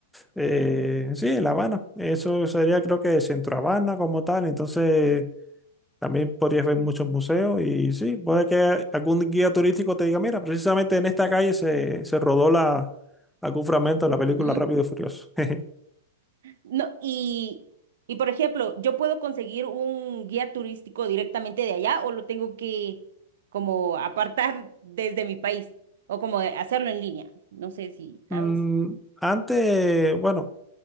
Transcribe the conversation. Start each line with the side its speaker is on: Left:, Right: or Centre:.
Centre: eh, sí, en La Habana, eso sería creo que Centro Habana como tal, entonces También podrías ver muchos museos y sí, puede que algún guía turístico te diga, mira, precisamente en esta calle se, se rodó la, algún fragmento de la película
Right: Ujú.
Centre: Rápido y Furioso. <laughs>
Right: No, y, y por ejemplo, ¿yo puedo conseguir un guía turístico directamente de allá o lo tengo que como apartar <laughs> desde mi país o como hacerlo en línea? No sé si
Centre: Mm,
Right: sabes.
Centre: antes, bueno,